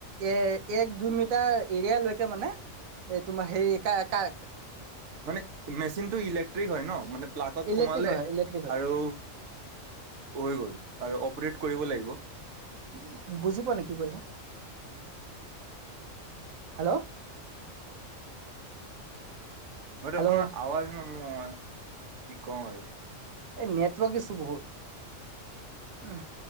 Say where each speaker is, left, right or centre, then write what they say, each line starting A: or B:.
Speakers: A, on the right; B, on the right.
A: এ এক দুই মিটাৰ এৰিয়ালৈকে মানে এই তোমাৰ হেৰি কাৰ- কাৰ
B: মানে মেচিনটো ইলেক্ট্ৰিক হয় ন মানে প্লাকত
A: ইলেক্ট্ৰিক
B: সোমালে
A: হয় ইলেক্ট্ৰিক হয়
B: আৰু হৈ গ'ল আৰু অপৰেত কৰিব লাগিব।
A: উম, বুজি পোৱাা নাই কি কৈছা। হেল্ল'।
B: হয়তো
A: হেল্ল'
B: আপোনাৰ আৱজ ন ম কি কওঁ আৰু।
A: এই নেটৱৰ্ক ইছো বহুত ।উ,